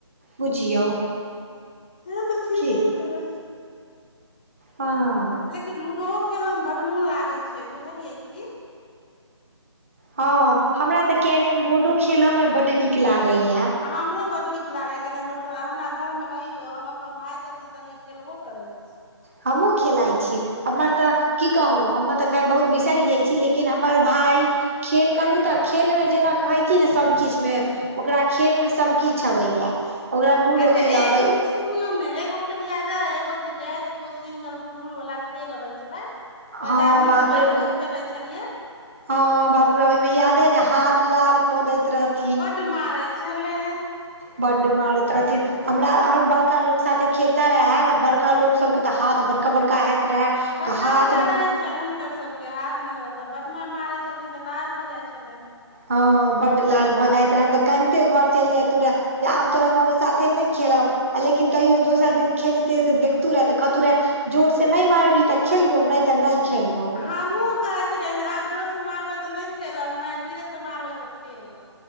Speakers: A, on the right; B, on the left.
A: बुझियौ।
B: से तऽ ठीके
A: की
B: कह। <unintelligible>
A: हँ।
B: लेकिन लूडो खेलय मे बड मोन लागैत छै बुझलियै की?
A: हँ हमरा तऽ कैरम बोर्डो खेल मे बड निक लागेया।
B: हमरो बड निक लागै कैरम बोर्ड खेला <unintelligible> हमरा घरमे अहियो हम अपन भाय सबसँ सङ्गे खेलबो करै। छी
A: हमहुँ खेलाइ छी हमर तऽ। की कहु हमर <unintelligible> तऽ अखन बहुत बिसरि गेल छी लेकिन हमर भाय। खेल कहलहुँ तऽ खेलमे जेना कहै की ने सब किछ मे। ओकरा खेलमे सभ किछ अबैया। ओकरा लूडो
B: अच्छा
A: खेलऽ
B: एगो।
A: अबै
B: सुनियौ ने एगो खेल याद अइ एगो जे डैश कोस सिंगल बुल-बुल वला खेल अबै छलै? पाँच
A: हँ
B: आदमी
A: बाप
B: सँ <unintelligible> बैस
A: रे
B: कऽ खेले छलियै?
A: हँ बाप रे ओहिमे याद अइ जे हाथ लाल कऽ दैत रह <unintelligible>
B: बड मारै छलै।
A: बड मारैत रहथिन। <unintelligible> हमरा आओर बड़का लोक साथे खेलता रहैए बड़का लोक सबके तऽ हाथ बड़का-बड़का हैत। <unintelligible>
B: बड़का-बड़का
A: तऽ हाथ
B: राइ। <unintelligible> छनि हुनकर सबके हाथ ने तऽ बडमारि मारे छलखिन तऽ लाल भऽ जाइ छलनि।
A: हँ बड लाल भऽ जाइत रहे हम तऽ कानिते घर चलि जाइततूरै। <unintelligible> जे आब तोरा सबके साथे नहि खेलब। आ लेकिन तैयो दोसर दिन खेलते से देखतू रहे तऽ कहतू रहे जोर से नहि मारबी तऽ खेलबो नहि तऽ नहि खेलबौ।
B: हमहूं कहे छलियन जे अहां जोर से मारबै तऽ नहि खेलब नै धीरे से मारबै तऽ खेलब।